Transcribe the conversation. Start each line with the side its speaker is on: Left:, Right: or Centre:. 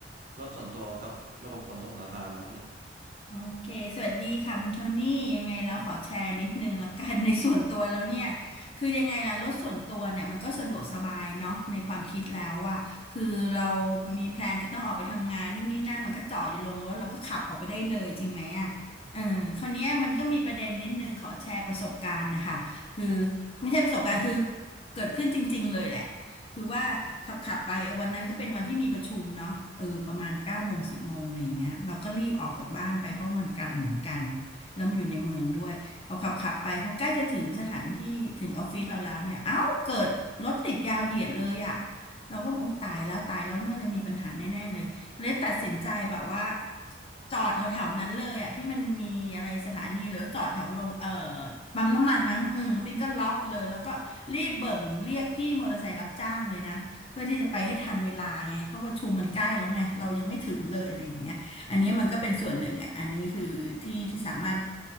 Right: รถส่วนตัวกับระบบขนส่งสาธารณะเนี่ย
Left: โอเคสวัสดีค่ะคุณโทนี่ยังไงแล้วขอแชร์นิดนึงแล้วกัน <laughs> ในส่วนตัวแล้วเนี่ยคือยังไงล่ะรถส่วนตัวเนี่ยมันก็สะดวกสบายเนาะในความคิดแล้วอะคือเรามีแพลนจะต้องออกไปทำงานนู่นนี่นั่นมันก็จอดอยู่ลงรถเราก็ขับออกไปได้เลยจริงไหมอะเออคราวเนี้ยมันก็มีประเด็นนิดนึงขอแชร์ประสบการณ์นะคะคือไม่ใช่ประสบการณ์คือเกิดขึ้นจริงๆเลยแหละ คือว่าขับขับไปเออวันนั้นก็เป็นวันที่มีประชุมเนาะเออประมาณเก้าโมงสิบโมงอะไรอย่างเงี้ยเราก็รีบออกจากบ้านไปเพราะมันไกลเหมือนกันแล้วมันอยู่ในเมืองด้วยเขาขับขับไปพอใกล้จะถึงสถานที่ถึงออฟฟิศเราแล้วเนี่ยเอ้าเกิดรถติดยาวเหยียดเลยอ่ะเราก็บอกโอ๊ยตายแล้วตายแล้วน่าจะมีปัญหาแน่ๆเลย เลยตัดสินใจแบบว่าจอดแถวๆนั้นเลยอ่ะที่มันมีอะไรสถานีหรือจอดแถวโรงเอ่อปั๊มน้ำมันมั้งอืมปิงก็ล็อกเลยแล้วก็รีบเบิ่งเรียกพี่มอเตอร์ไซค์รับจ้างเลยนะเพื่อที่จะไปให้ทันเวลาไงเพราะว่าชุมมันใกล้แล้วไงเรายังไม่ถึงเลยอะไรอย่างเงี้ยอันนี้มันก็เป็นส่วนหนึ่งอ่ะอันนี้คือที่ที่สามารถ